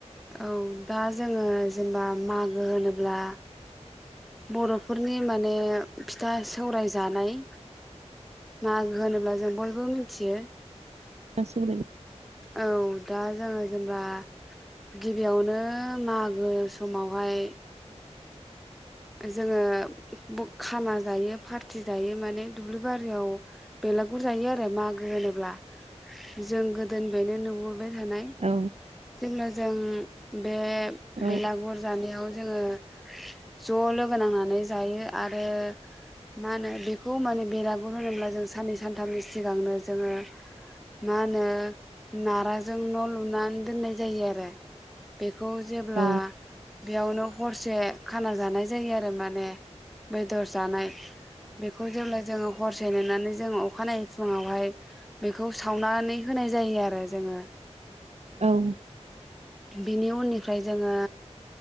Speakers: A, in the centre; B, on the right.
A: औ दा जोङो जेनेबा मागो होनोब्ला बर'फोरनि माने फिथा सौराय जानाय मागो होनोब्ला जों बयबो मिथियो।
B: <unintelligible>
A: औ दा जोङो जेनेबा गिबियावनो मागो समावहाय जोङो बु खाना जायो पार्टि जायो माने दुब्लि बारियाव बेलागुर जायो आरो मागो होनोब्ला। जों गोद <unintelligible> बाय थानाय
B: औ
A: जेब्ला ज जों उम बे
B: औ
A: बेलागुर जानायाव जोङो ज' लोगो नांनानै जायो आरो मा होनो बेखौ माने बेरागुर होनोब्ला जों साननै सानथामनि सिगांनो जोङो मा होनो नाराजों न' लुनानै दोननाय जायो आरो बेख खौ जेब्ला
B: औ
A: बेयावनो ह हरसे खाना जानाय जायो आरो माने बेदर जानाय। बेखौ जेब्ला जोङो हरसे नेनानै जोङो अखानायै फुङावहाय बेखौ सावनानै होनाय जायो आरो जोङो।
B: औ
A: बिनि उननिफ्राय जोङो